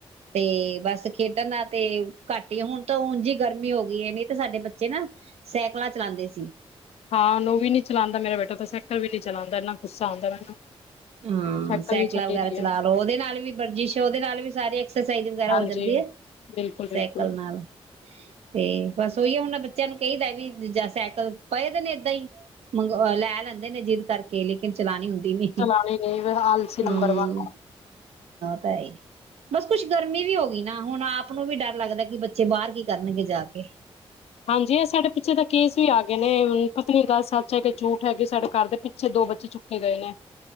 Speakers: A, on the right (about 75°); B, on the left (about 70°).
A: ਤੇ ਬਸ ਖੇਡਣਾ ਤੇ ਘੱਟ ਹੀ ਹੁਣ ਤਾਂ ਉ ਜਿ ਗਰਮੀ ਹੋ ਗਈ ਹੈ ਨਹੀਂ ਤੇ ਸਾਡੇ ਬੱਚੇ ਨਾ ਸਾਈਕਲਾਂ ਚਲਾਉਂਦੇ ਸੀ।
B: ਹਾਂ ਉਹ ਵੀ ਨੀ ਚਲਾਉਂਦਾ ਮੇਰਾ ਬੇਟਾ ਤਾਂ ਸਾਈਕਲ ਵੀ ਨਹੀਂ ਚਲਾਉਂਦਾ ਇੰਨਾ ਗੁੱਸਾ ਆਉਂਦਾ ਮੈਨੂੰ।
A: ਹਾਂ
B: ਸਾਈਕਲ
A: ਸਾਈਕਲਾਂ
B: ਵੀ ਛੱਡੀ
A: ਵਗੈਰਾ
B: ਦੀ
A: ਚਲਾ
B: ਐ
A: ਲੋ ਉਹਦੇ ਨਾਲ ਵੀ ਵਰਜਿਸ਼ ਉਹਦੇ ਨਾਲ ਵੀ ਸਾਰੀ ਐਕਸਰਸਾਈਜ਼ ਵਗੈਰਾ
B: ਹਾਂਜੀ
A: ਹੋ ਜਾਂਦੀ ਹੈ।
B: ਬਿਲਕੁਲ-ਬਿਲਕੁਲ।
A: ਸਾਈਕਲ ਨਾਲ ਤੇ ਬਸ ਉਹੀ ਹੁਣ ਬੱਚਿਆਂ ਨੂੰ ਕਹੀਦਾ ਵੀ ਜਾ ਸਾਈਕਲ ਪਏ ਦੇ ਨੇ ਏਦਾਂ ਹੀ, ਮੰਗਵਾ, ਲੈ ਲੈਂਦੇ ਨੇ ਜਿਦ ਕਰਕੇ ਲੇਕਿ ਤੇ ਚਲਾਉਣੀ ਹੁੰਦੀ ਨੀ।
B: ਚਲਾਣੇ ਨੇ ਆਲਸੀ ਨੰਬਰ
A: ਹਮ
B: ਵਨ
A: ਤਾਂ ਹੀ ਬਸ ਕੁਛ ਗਰਮੀ ਵੀ ਹੋ ਗਈ ਨਾ ਹੁਣ ਆਪ ਨੂੰ ਵੀ ਡਰ ਲੱਗਦਾ ਕਿ ਬੱਚੇ ਬਾਹਰ ਕੀ ਕਰਨਗੇ ਜਾ ਕੇ।
B: ਹਾਂਜੀ ਇਹ ਸਾਡੇ ਪਿੱਛੇ ਤਾਂ ਕੇਸ ਵੀ ਆ ਗਏ ਨੇ ਹੁਣ ਪਤਾ ਨੀ ਗੱਲ ਸੱਚ ਹੈ ਕੇ ਝੂਠ ਹੈ, ਸਾਡੇ ਘਰ ਦੇ ਪਿੱਛੇ ਦੋ ਬੱਚੇ ਚੁੱਕੇ ਗਏ ਨੇ।